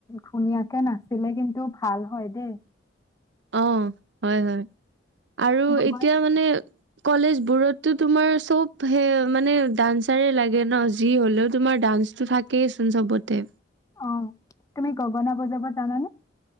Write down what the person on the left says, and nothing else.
ধুনীয়াকে নাছিলে কিন্তু ভাল হয় দেই।
গগনা
অ', তুমি গগনা বজাব জানানে?